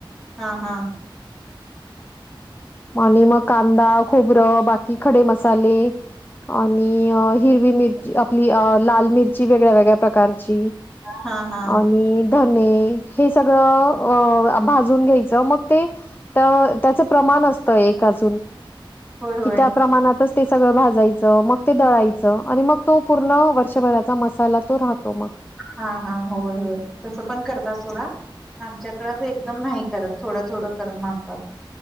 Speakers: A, in the centre; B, on the left.
A: हां, हां.
B: आणि मग कांदा, खोबरं, बाकी खडे मसाले, आणि हिरवी मिरची, आपली लाल मिर ची वेगळ्या वेगळ्या प्रकारची
A: हा हा
B: आणि धने हे सगळं अ भाजून घ्यायचं मग ते तर त्याचं प्रमाण असतं एक अजून
A: होय होय
B: कि त्या प्रमाणात ते सगळं भाजायचं, मग ते दळायचं, आणि मग तो पूर्ण वर्षभराचा मसाला तो राहतो मग.
A: हा हा होय. होय. तस पण करतातं सोडा. पण आमच्याकडें एकदम नाही करत थोडं थोडं करून आणनतात.